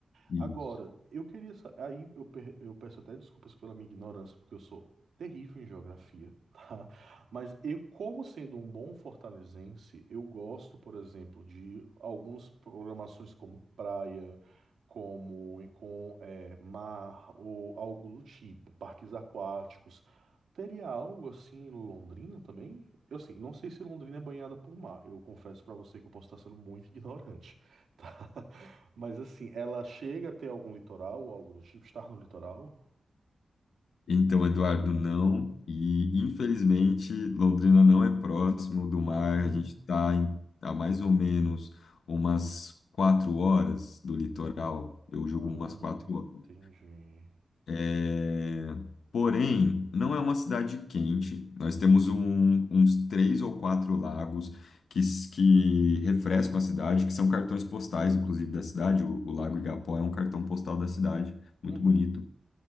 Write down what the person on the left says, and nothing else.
Isso.
Então, Eduardo, não. E, infelizmente, Londrina não é próximo do mar.
A gente está a mais ou menos umas quatro horas do litoral. Eu julgo
umas quatro
horas. É, Porém, não é uma cidade quente. Nós temos um- uns três ou quatro lagos que, s- que refrescam a cidade, que são cartões postais, inclusive, da cidade. O, o Lago Igapó é um cartão postal da cidade, muito
bonito.